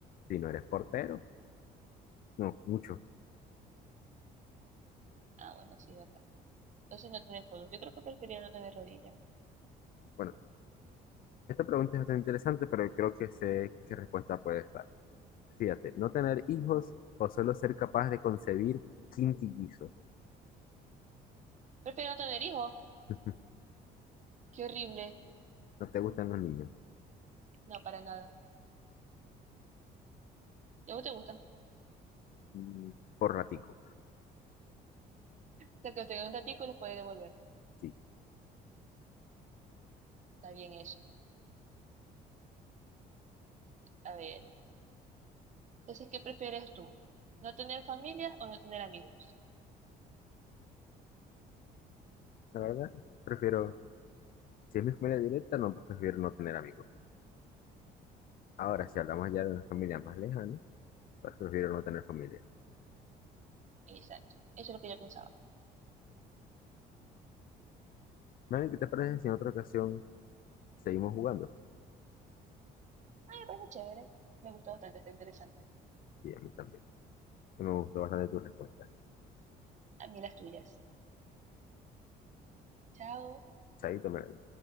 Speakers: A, on the left; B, on the right.
A: si no eres portero, no, mucho.
B: Ah, bueno, sí, verdad. Entonces no tener codos. Yo creo que preferiría no tener rodillas.
A: Bueno, esta pregunta es bastante interesante, pero creo que sé qué respuesta puede estar. Fíjate, no tener hijos o solo ser capaz de concebir quintillizos.
B: Prefiero no tener hijos.
A: <laughs>
B: Qué horrible.
A: No te gustan los niños.
B: No, para nada. ¿Y a vos te gustan? O
A: Mm, Por ratico,
B: sea, que los tengas un ratico y los podés devolver.
A: sí.
B: Está bien eso. A ver. Entonces, ¿qué prefieres tú? ¿No tener familia o no tener amigos?
A: La verdad, prefiero, si es mi familia directa, no prefiero no tener amigos. Ahora, si hablamos ya de una familia más lejana, pues prefiero no tener familia.
B: Exacto. Eso es lo que yo pensaba.
A: Manny, ¿qué te parece si en otra ocasión seguimos jugando?
B: Ah, me parece chévere. Me gusta bastante, está interesante.
A: Sí, a mí también. Sí me gustó bastante tu respuesta.
B: A mí las tuyas. Chao.
A: Chaito, Melanie.